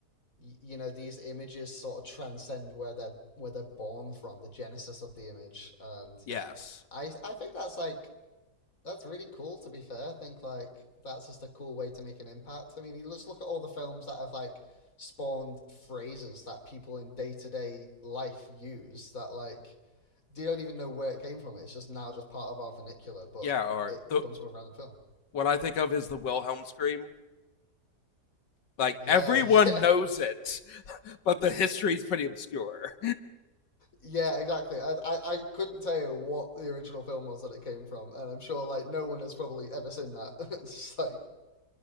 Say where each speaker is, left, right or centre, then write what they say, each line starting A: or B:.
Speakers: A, on the left; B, on the left.
A: you know these images sort of transcend where they're where they're born from, the genesis of the image, and
B: Yes,
A: I I think that's like that's really cool to be fair. I think like that's just a cool way to make an impact. I mean, you just look at all the films that have like spawned phrases that people in day-to-day life use that like they don't even know where it came from. It's just now just part of our vernacular, but
B: yeah, or
A: it
B: the
A: comes from a random film.
B: what I think of is the Wilhelm scream. Like
A: Yeah,
B: everyone
A: <laughs> yeah,
B: knows it, but the history is pretty obscure.
A: yeah, exactly. I, I, I couldn't tell you what the original film was that it came from, and I'm sure like no one has probably ever seen that. <laughs> it's just like